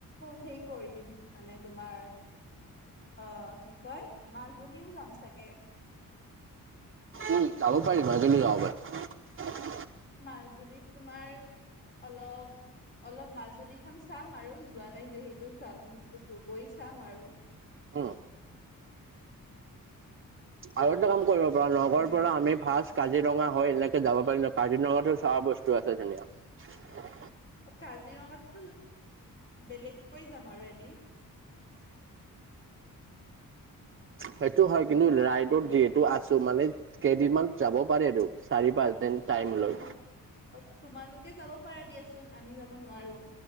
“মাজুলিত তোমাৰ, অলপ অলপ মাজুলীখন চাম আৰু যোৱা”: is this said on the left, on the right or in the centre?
Left